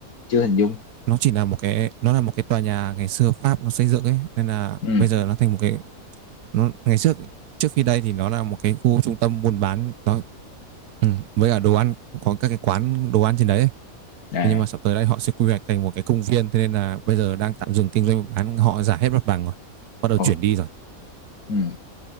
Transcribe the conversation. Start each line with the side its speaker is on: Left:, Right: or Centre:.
Left: chưa hình dung
Right: nó chỉ là một cái nó là một cái tòa nhà ngày xưa Pháp nó xây dựng ấy nên là
Left: ừ.
Right: bây giờ nó thành một cái nó ngày trước trước khi đây thì nó là một cái khu trung tâm buôn bán nó ừ, với cả đồ ăn có các cái quán đồ ăn trên đấy ấy.
Left: à
Right: Thế nhưng mà sắp tới đây họ sẽ quy hoạch thành một cái công viên thế nên là bây giờ đang tạm dừng kinh doanh bán họ giải hết mặt bằng rồi bắt đầu
Left: ồ
Right: chuyển đi rồi
Left: ừ.